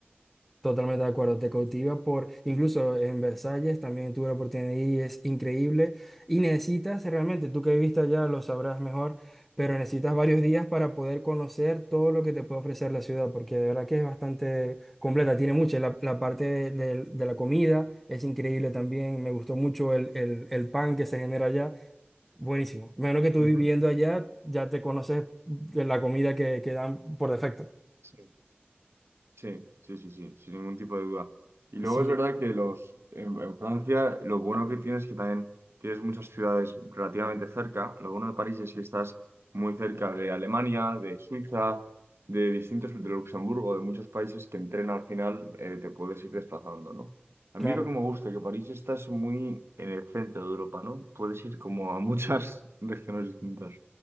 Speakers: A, in the centre; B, on the right.
A: Totalmente de acuerdo, te cautiva por, incluso en Versalles también tuve la oportunidad de ir y es increíble y necesitas realmente, tú que viviste allá lo sabrás mejor, pero necesitas varios días para poder conocer todo lo que te puede ofrecer la ciudad, porque de verdad que es bastante completa, tiene mucho, la, la parte de, de- de la comida es increíble también, me gustó mucho el, el, el pan que se genera allá, buenísimo. Menos que tú
B: Ujú.
A: viviendo allá, ya te conoces de la comida que, que dan por defecto.
B: Sí. Sí, sí, sí, sí, sin ningún tipo de duda. Y luego
A: Sí,
B: es verdad que los, en, en Francia lo bueno que tienes es que también tienes muchas ciudades relativamente cerca. Lo bueno de París es que estás muy cerca de Alemania, de Suiza, de distintos, de Luxemburgo, de muchos países que en tren al final eh, te puedes ir desplazando, ¿no? A
A: claro.
B: mí lo que me gusta es que París estás muy en el centro de Europa, ¿no? Puedes ir como a muchas <laughs> regiones distintas.